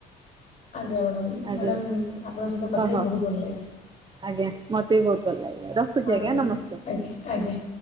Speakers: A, on the left (about 45°); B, on the right (about 30°).
A: ଆଜ୍ଞା ମ୍ୟାଡ଼ାମ୍
B: ଆଜ୍ଞା
A: ମ୍ୟାଡ଼ାମ୍
B: ମ୍ୟାଡ଼ାମ
A: ଆପଣଙ୍କ ସହିତ କଥା
B: ହଁ
A: ହ
B: ହଉ
A: ବହୁତ ଭଲଲାଗିଲା।
B: ଆଜ୍ଞା ମତେ ବି ବହୁତ ଭଲ ଲାଗିଲା। ରଖୁଛି
A: ହଉ
B: ଆଜ୍ଞା
A: ରଖୁଛିି
B: ନମସ୍କାର।
A: ଆଜ୍ଞା ଆଜ୍ଞା।